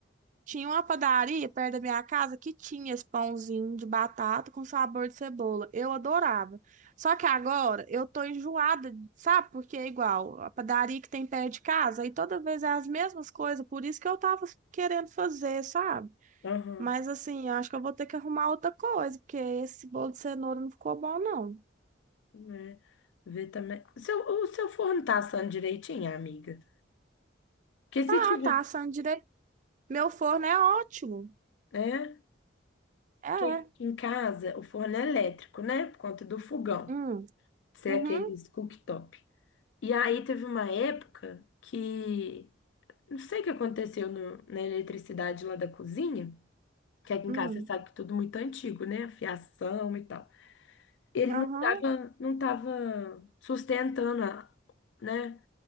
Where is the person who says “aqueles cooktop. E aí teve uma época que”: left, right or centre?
Left